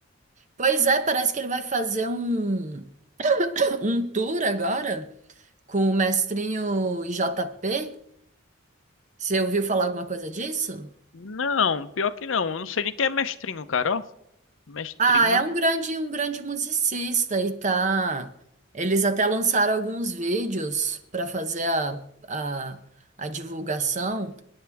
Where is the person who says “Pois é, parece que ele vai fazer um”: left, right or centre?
Right